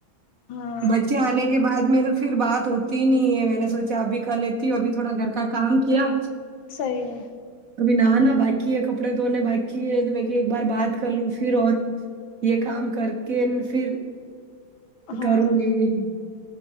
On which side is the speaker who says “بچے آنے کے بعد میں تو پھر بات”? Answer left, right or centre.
Right